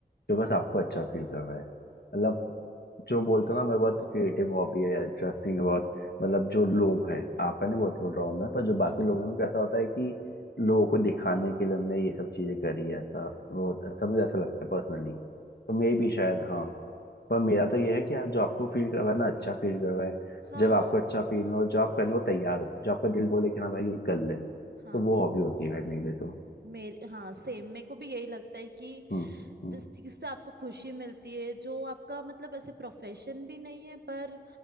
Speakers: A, on the left; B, on the right.
A: जो बस आपको अच्छा फील कर रहा है मतलब जो बोलते हैं ना मैं बहुत क्रिएटिव हॉबी है इंटरेस्टिंग है बहुत मतलब जो लोग हैं आपका नहीं बहुत बोल रहा हूँ मैं पर जो बाकी
B: हम्म हम्म
A: लोग हैं उनको ऐसा होता है कि लोगों को दिखाने के लिए हमने ये सब चीजें करी है ऐसा वो ऐसा मुझे ऐसा लगता है पर्सनली तो मे भी शायद हाँ पर मेरा तो ये है कि आप जो आपको फील करवाए ना अच्छा फील करवाए
B: हाँ
A: जब आपको अच्छा फील हो जो आप करने को तैयार हो जो आपका दिल बोले कि हाँ भाई ये कर ले तो
B: हाँ
A: वो हॉबी होती है भाई मेरे लिए तो
B: मेरे हाँ सेम मेरे को भी यही लगता है कि
A: हम्म हम्म
B: जिस चीज से आपको खुशी मिलती है जो आपका मतलब ऐसे प्रोफेशन भी नहीं है पर